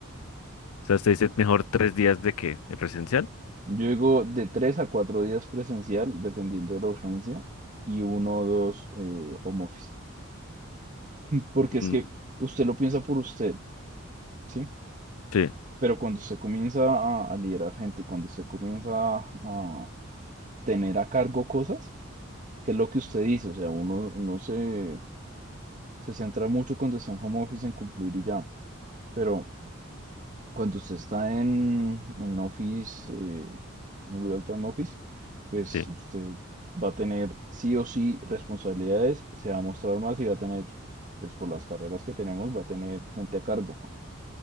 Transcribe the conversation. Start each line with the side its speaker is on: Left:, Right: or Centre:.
Left: o sea, usted dice mejor tres días de que, de presencial.
Right: Yo digo de tres a cuatro días presencial, dependiendo de la urgencia, y uno o dos eh, home office. Porque
Left: Mm,
Right: es que usted lo piensa por usted, ¿sí?
Left: Sí,
Right: Pero cuando usted comienza a, a liderar gente, cuando usted comienza a, a tener a cargo cosas, que es lo que usted dice, o sea, uno, uno se, se centra mucho cuando está en home office en cumplir y ya, pero cuando usted está en, en Office, eh, en Real Time Office, pues
Left: sí,
Right: usted va a tener sí o sí responsabilidades, se va a mostrar más y va a tener, pues por las carreras que tenemos, va a tener gente a cargo.